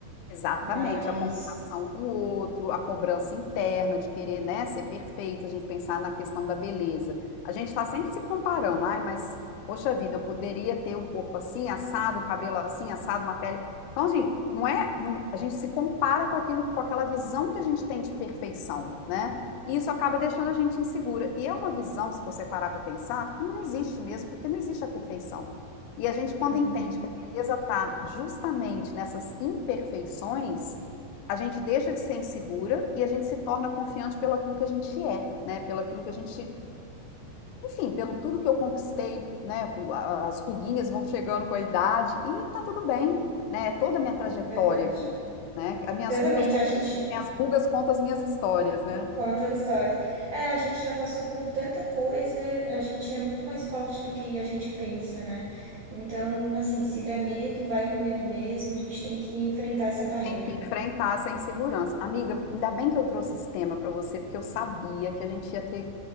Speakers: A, on the left; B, on the right.
A: Exatamente,
B: Mas,
A: a comparação com o outro, a cobrança interna de querer, né, ser perfeita, a gente pensar na questão da beleza. A gente está sempre se comparando, ai, mas poxa vida, eu poderia ter um corpo assim, assado, um cabelo assim, assado, uma pele. Então, assim, não é, não- a gente se compara com aquilo, com aquela visão que a gente tem de perfeição, né? E isso acaba deixando a gente insegura. E é uma visão, se você parar para pensar, que não existe mesmo, porque não existe a perfeição. E a gente, quando
B: uhum,
A: entende que empresa está justamente nessas imperfeições, a gente deixa de ser insegura e a gente se torna confiante pelo aquilo que a gente é, né? Pelo aquilo que a gente, enfim, pelo tudo que eu conquistei, né? As ruguinhas vão chegando com a idade e tá tudo bem, né? É Toda a minha trajetória
B: é verdade.
A: aqui, né? As minhas
B: Exatamente,
A: rugas, como
B: a gente
A: diz, as minhas rugas contam as minhas histórias, né?
B: Contam histórias. É, a gente já passou por tanta coisa, a gente é muito mais forte do que a gente pensa, né? Então, assim, se der medo, vai com medo mesmo, a gente tem que enfrentar essa barreira,
A: tem que
B: né?
A: enfrentar essa insegurança. Amiga, ainda bem que eu trouxe esse tema para você, porque eu sabia que a gente ia ter